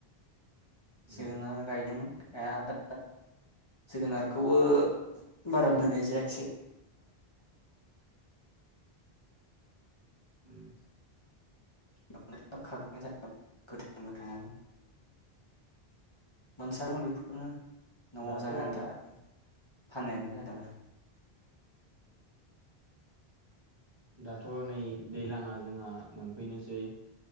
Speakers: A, on the left; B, on the right.
A: जोगोनार
B: उम
A: गायदोंमोनमोन। आरो दा जोगोनारखौबो बारा मोननाय जायाखिसै <unintelligible>
B: उम।
A: <unintelligible> <unintelligible> मोनसाबो
B: उम
A: बेफोरखौनो न'आव
B: दाथ'
A: जानो आनथा आरोखि। फाननायबो जादों आरो।
B: दाथ' नै दैलाङा जोंहा मोनफैनोसै।